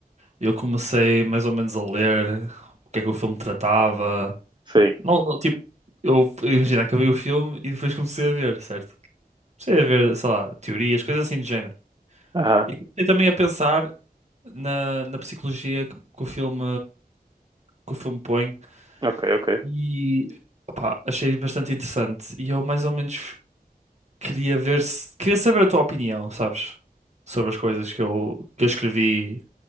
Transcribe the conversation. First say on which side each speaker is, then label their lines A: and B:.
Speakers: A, on the right (about 45°); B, on the right (about 30°).
A: Eu comecei mais ou menos a ler o que é que o filme tratava.
B: sim.
A: Não, não, tipo. Eu, imagina, acabei o filme e depois comecei a ver, certo? Comecei a ver, sei lá, teorias, coisas assim do género.
B: Aham,
A: E comecei também a pensar na, na psicologia que, que o filme. que o filme põe
B: ok, ok.
A: e opá, achei bastante interessante. E eu mais ou menos queria ver se queria saber a tua opinião, sabes? Sobre as coisas que eu, que eu escrevi